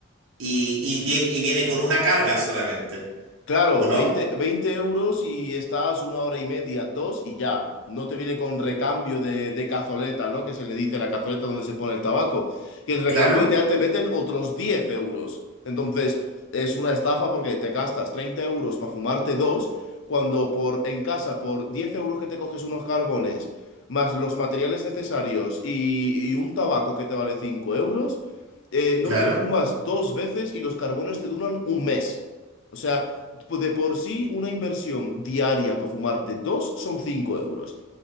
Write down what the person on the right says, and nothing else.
Y, y viene, y viene con una carga solamente,
¿o no?
Claro,
claro.